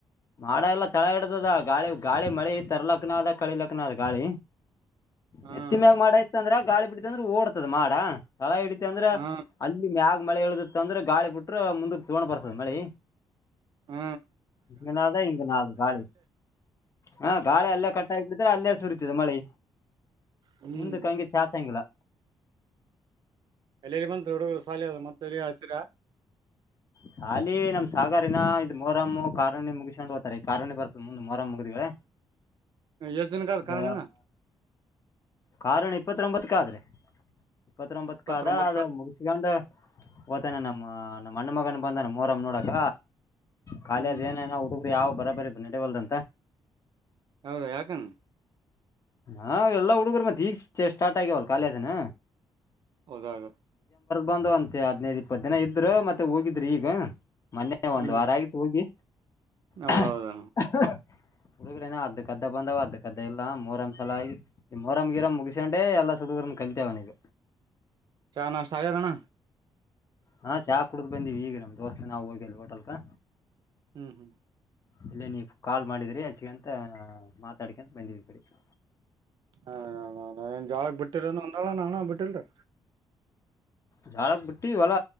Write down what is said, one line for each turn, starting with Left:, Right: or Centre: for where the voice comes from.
Left: ಮಾಡ ಎಲ್ಲ ತಳ ಹಿಡತದ ಗಾಳಿ ಗಾಳಿ ಮಳಿ ತರ್ಲಕ್ಕನದ ಕಳಿಲಾಕ್ನು ಅದ ಗಾಳಿ.
Right: ಹ್ಮ್
Left: ನೆತ್ತಿಮ್ಯಾಗ ಮಾಡ ಇತ್ ಅಂದ್ರ ಗಾಳಿ ಬಿಡ್ತ ಅಂದ್ರ ಓಡ್ತದ ಮಾಡ. ತಳ ಹಿಡಿತ ಅಂದ್ರ
Right: ಹ್ಮ್
Left: ಅಲ್ಲಿ ಮ್ಯಾಗ ಮಳೆ ಇಳುದಿತ್ತ ಅಂದ್ರೆ ಗಾಳಿ ಬಿಟ್ರ ಮುಂದಕ್ಕೆ ತುಗೊಂಡ್ ಬರ್ತದ ಮಳಿ
Right: ಹ್ಮ
Left: ಹಿಂಗನಾದ ಹಿಂಗ ನಾದ ಗಾಳಿ ಹಾ ಗಾಳಿ ಅಲ್ಲೇ ಕಟ್ಟ ಆಗಿ ಬಿಡಿದ್ರೆ ಅಲ್ಲೇ ಸುರಿತದ ಮಳೆ
Right: ಹ್ಮ್
Left: ಮುಂದಕ್ಕೆ ಹಂಗೆ ಚಾಚಂಗಿಲ್ಲ
Right: ಅಲ್ಲಲ್ಲಿ ಬಂತು ಹುಡುಗರು ಸಾಲಿ ಅದು ಮತ್ತೆಲ್ಲಿಯ ಹಚ್ಚಿರಾ
Left: ಶಾಲಿ ನಮ್ ಸಾಗಾರಿನ ಇದ್ ಮೊಹರಮ್ ಕಾರುಣಿ ಮುಗಿಸ್ಕೊಂಡು ಹೋಗ್ತಾರೆ ಈ ಕಾರುಣಿ ಬರ್ತ ಮೊಹರಮ್ ಮುಗಿದಿವೆ
Right: ಎಷ್ಟ್ ದಿನಕ ಆದ
Left: ಇದ
Right: ಕಾರಣನ
Left: ಕಾರಣ ಇಪ್ಪತ್ರೊಂಭತಕ್ಕ್ ಆದ್ರೇ ಇಪ್ಪತ್ರೊಂಭಕಾದ
Right: ಇಪ್ಪತ್ತೊಂಬತ್ಕ
Left: ಅದ ಮುಗಿಸ್ಗೆಂಡ ಹೋತಾನೇನ ನಮ್ಮಣ್ಣ ಮಗನು ಬಂದಾನ ಮೊಹರಮ್ ನೋಡಕ ಕಾಲಿ
Right: ಹ್ಮ್
Left: ಅದಿ ಏನ ಏನ್ ಆ ಹುಡು ಯಾವ ಬರಾಬ್ಬರಿ ನಡೆವಲ್ದಂತ
Right: ಹೌದಾ ಯಾಕನು
Left: ಹಾ ಎಲ್ಲಾ ಹುಡುಗುರು ಮತ್ತ ಈಗ ಸ್ಟಾರ್ಟ್ ಆಗ್ಯಾವಲ್ ಕಾಲೇಜ್ನ
Right: ಹೋದಾಗ
Left: ಬಂದವು ಅಂತೆ ಹದ್ನೈದು ಇಪ್ಪತ್ತು ದಿನ ಇದ್ರ ಮತ್ತೆ ಹೋಗಿದ್ರ ಈಗ ಮೊನ್ನೆ ಒಂದ್
Right: ಹ್ಮ್
Left: ವಾರ ಆಗಿತ್ತು ಹೋಗಿ
Right: ಹೌದೌದ
Left: ಹ ಹಾ ಹ್ ಹ ಹುಡುಗ್ರೇನ ಅದಕ್ಕದ್ದ ಬಂದಾವ್ ಅದಕ್ಕದ್ದ ಇಲ್ಲ ಮೋಹರಂ ಚೊಲೋ ಆಗಿ ಈ ಮೊಹರಂ ಗಿರಂ ಮುಗಿಸ್ಗೆಂಡೆ ಎಲ್ಲ ಹುಡುಗರುನು ಕಲ್ತ್ಯಾವೇನೀಗ
Right: ಚಾ ನಾಷ್ಟ ಆಗೇದ ಅಣ್ಣ
Left: ಹಾ ಚಾ ಕುಡ್ದ್ ಬಂದಿವಿ ಈಗ ನಮ್ ದೋಸ್ತ್ ನಾವು ಹೋಗಿ ಅಲ್ಲಿ ಹೋಟೆಲ್ಕಾ
Right: ಹ್ಮ್ ಹ್ಮ್
Left: ಇಲ್ಲೇ ನೀವು ಕಾಲ್ ಮಾಡಿದ್ರಿ ಅಚ್ಚಗಂತ ಮಾತಾಡ್ಕಂತ ಬಂದಿವಿ ಈಕಡೆಕೆ
Right: ಹಾ ಆ ನಾವೇನ್ ಜ್ವಾಳಕ್ ಬಿಟ್ಟಿರೆನ್ ನ ಅಣ್ಣಾ ಬಿಟ್ಟಿಲ್ರಿ
Left: ಜ್ವಾಳಕ್ ಬಿಟ್ಟಿವಿ ಹೊಲ